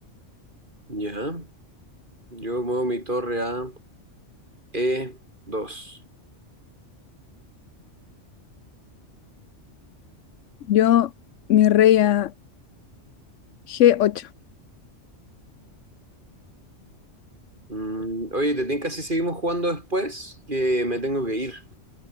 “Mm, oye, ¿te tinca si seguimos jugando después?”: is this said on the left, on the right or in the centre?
Right